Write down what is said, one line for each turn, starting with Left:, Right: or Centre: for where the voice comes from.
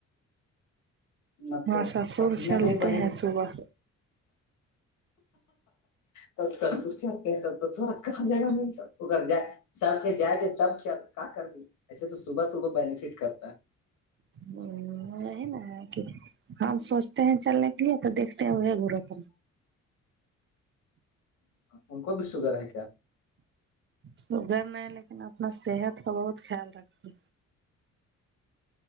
Left: نہ
Right: ہمارے
Left: تو
Right: سسر
Left: پسیینہ
Right: چلتے
Left: نہیں بہہے
Right: ہیں
Left: گی
Right: صبح
Left: ک س خرشی آتے ہیں تو چورا <unintelligible> کہاں جگہ میں ا کر جائے سب جا دے تب چل کہ کر دی ایسے تو صبح صبح بینیفٹ کرتا
Right: ہ رہ نا ہے کہ ہم سوچتے ہیں چلنے کے لیے تو دیکتے ہیں ہوئے ہے گر وپ
Left: ان کو بھی شگر ہے کیا
Right: شوگر میں لیکن اپنا صحت کا بہت خیال رکھتی